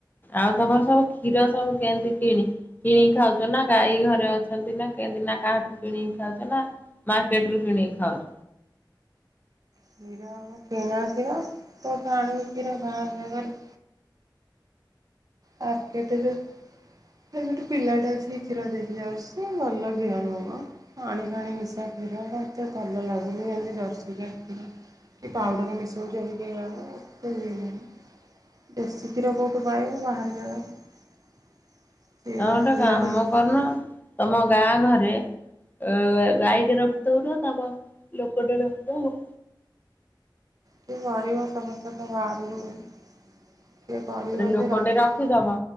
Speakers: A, on the left; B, on the right.
A: ଆଉ ତମର ସବୁ କ୍ଷୀର ସବୁ କେମିତି କିଣି କିଣିକି ଖାଉଚ ନା ଗାଈ ଘରେ ଅଛନ୍ତି ନା କେମତି ନା କାହାଠୁ କିଣିକି ଖାଉଚ ନା? ମାର୍କେଟ ରୁ କିଣିକି ଖାଉଚ?
B: କ୍ଷୀର <unintelligible> କିଣା କ୍ଷୀର କୋଉଠୁ ଆଣିବୁ କ୍ଷୀର ବାହାର ଜାଗାରୁ। ମାର୍କେଟ ରୁ ସେ ଗୋଟେ ପିଲାଟେ ଅଛି କ୍ଷୀର ଦେଇକି ଯାଉଚି, ସେ ଭଲ କ୍ଷୀର ନୁହଁ ମ। ପାଣି ଫାଣି ମିଶା କ୍ଷୀର ଗୁରା ଏତେ ଭଲ ଲାଗୁନି, ଯେମ୍ତି ଜର୍ଶି ଗାଈ କ୍ଷୀର। କି ପାଉଡ଼ର ମିଶଉଚନ୍ତି କେଇଜାଣି ଏତେ ଇଏ ନାହିଁ। ଦେଶୀ କ୍ଷୀର କୋଉଠୁ ପାଇବୁ ବାହାର ଜାଗାରୁ। ସିଏ
A: ତମେ
B: ଯାହା
A: ଗୋଟେ
B: ଦେଲା
A: କାମ
B: ଟେ କିଏ
A: କରୁନ, ତମ ଗାଁ ଘରେ ଅ ଏ ଗାଈଟେ ରଖି ଦଉନ, ତମ ଲୋକଟେ ରଖୁଦବ।
B: କିଏ <unintelligible> ସମସ୍ତେ ତ ବାହାରକୁ ଗଲେ। କିଏ କରିବ
A: ଗୋଟେ ଲୋକଟେ
B: କିଏ ରଖିବ
A: ରଖିଦବ